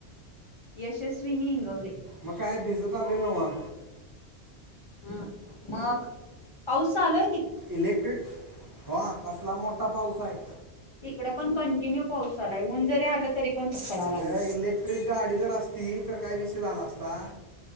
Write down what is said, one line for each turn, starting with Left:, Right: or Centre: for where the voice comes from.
Left: यशस्वीनी इंगवले
Right: मग काय भिजत आलोय नव्ह.
Left: हम् मग पाऊस चालूय
Right: इलेक्ट्रिक ह कसला मोठा पाऊस आहे
Left: इकड पण कंटिन्यू पाऊस चालूय ऊन जरी आला तरी पण पडायला
Right: अग
Left: लागलं
Right: इलेक्ट्रिक गाडी जर असती तर काय विषय झाला असता